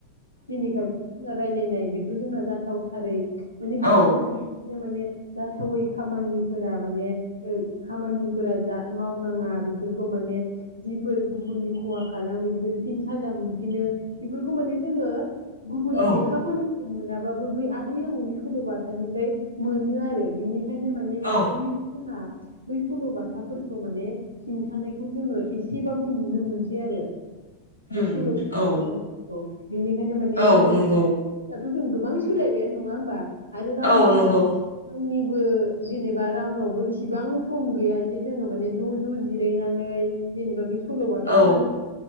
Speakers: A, on the right (about 90°); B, on the left (about 85°).
A: दिनेखा जा रायलायनाय बेथ जोंना जाथावथारै माने
B: औ
A: बेफोरखौबो बिसोर माने जाथावै खामानि फोरा माने ओ खामानिफोरा जा मावनाङा बेफोरखौ माने जिफोर गुबुननि खहा खालामो बेफोर फिन साजा मोनफिनो बेफोरखौ माने जोङो गुबुन
B: औ
A: लेखाफोर मोनाबाबो बै आबै आबौनि सलबाथानिफ्राय मोनो आरो बिनिखा खायनो माने दा
B: औ
A: जोंना बै सलबाथाफोरखौ माने खिन्थानायखौ जोङो एसेबाबो नुनो मोनसै आरो बेथ
B: उम
A: नंगौ
B: औ
A: नोंथां नं गौ बिनिखायनो माने
B: औ
A: जोङो
B: नंगौ
A: थ जों गोबां सोलायबायानो नङा होमबा आरो रावनिबो
B: औ नंगौ
A: रावनिबो जेने बा रावनावबो एसेबां सम गैयाजे जोङो माने ज ज जिरनानै जेनबा सलबाथा
B: औ
A: खोनासं